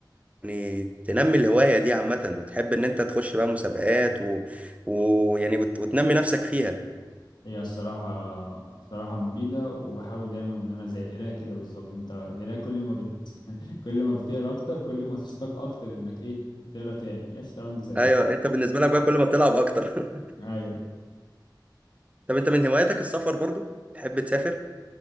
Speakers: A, on the right; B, on the left.
A: يعني تنمي الهواية دي عامة وتحب ان انت تخش بقى مسابقات و... ويعني وت... وتنمي نفسك فيها
B: هي الصراحة الصراحة مفيدة وبحاول دايما إن أنا زي القراية كده بالظبط أنت القراية كل ما بت... <laughs> كل ما بتقرا أكتر كل ما تشتاق أكتر إنك إيه تقرا تاني هي الشطرنج زيها
A: ايوه انت بالنسبة لك بقى كل ما بتلعب اكتر
B: أيوه
A: <laughs> طب انت من هواياتك السفر برضو تحب تسافر